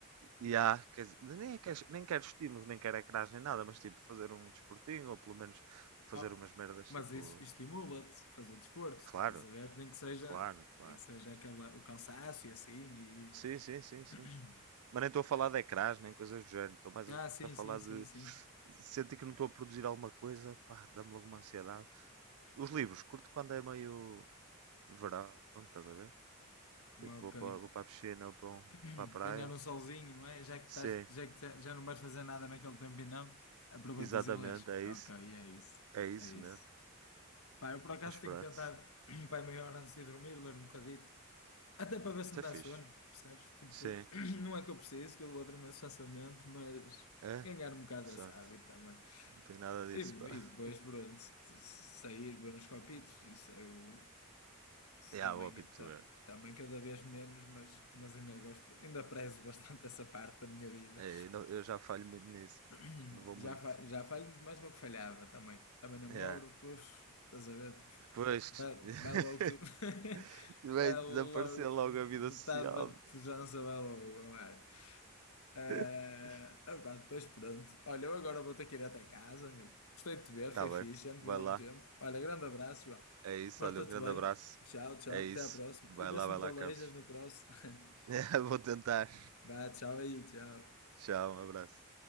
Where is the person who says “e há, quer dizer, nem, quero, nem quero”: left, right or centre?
Right